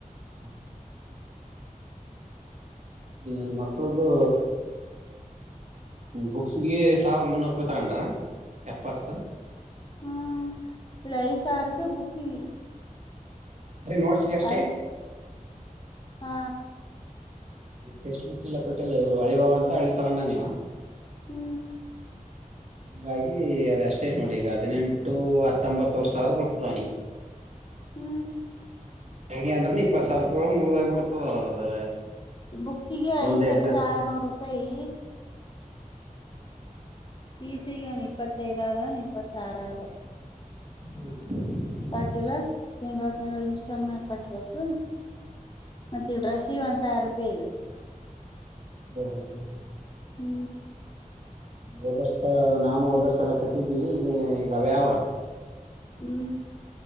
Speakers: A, on the right (about 55°); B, on the left (about 35°).
A: ಹೌ ನನ್ನ ಮಕ್ಕಳ್ದು ಬುಕ್ಸ್ಗೆ ಸಾವಿರದ ಮುನ್ನೂರು ರೂಪಾಯಿ ತಗೊಂಡ್ರ ಎಪ್ಪತ್ತು
B: ಹೂ ಲೈ ಸಾರ್ ರಪ ಬುಕ್ಿಗೆ
A: ಬರೀ ನೋಡ್ಸಕ್ ಅಷ್ಟೇ
B: ಐ ಹಾ
A: ಟೆಸ್ಟ್ ಬುಕ್ ಎಲ್ಲ ಕೊಟ್ಟಿಲ್ಲಲ್ಲ ಇವರು ಅಳಿವವ ಅಂತ ಅಳಿ ತಗೊಂಡ ನೀವ
B: ಹೂ
A: ಹೀಾಗಿ ಅದಷ್ಟೇ ನೋಡಿ ಈಗ ಹದಿನೆಂಟು ಹತ್ತೊಂಬತ್ತುವರೆ ಸಾವಿರ ಬರ್ತದಾನಿಗೆ
B: ಹೂ
A: ಯಾ ಅಂದ್ರೆ ಇಪ್ಪತ್ತು ಸಾವಿರ ರೂಪಾಯಿಳ ಮುಗಿದ್ ಬಿಡ್ತದ ಅದು
B: ಬುಕ್ಕಿಗೆ
A: ಮುಂದೆ
B: ಐದ್ ಸಾವಿರದ
A: ಎಕ್ಜಾ
B: ಆರ್ನೂರು ರೂಪಾಯಿ ಈಸಿಗೆನ್ ಇಪ್ಪತ್ತೈದ ಆದನ್ ಇಪ್ಪತ್ತ ಆಾರ ಆದ
A: ಹಾ
B: ಕಟ್ಟಿಲ್ಲ ತಿಂಗಳ ತಿಂಗಳ ಇನ್ಸ್ಟಾಲ್ ಮೇಲ್ ಕಟ್ಬೇಕು ಮತ್ತ ಈ ಡ್ರಸ್ಸಗ ಒಂದ ಸಾವಿರ ರೂಪಾಯಿಗ
A: ಹ ಹ ಹ ಹ್
B: ಹೂ
A: ಓದರ್ಸತ ನಾವು ಓದರ್ಸ ಎಲ್ಲ ಕಟ್ಟಿದ್ದೀವಿ ಈಗ ಈಗ ವ್ಯಾವ
B: ಹೂ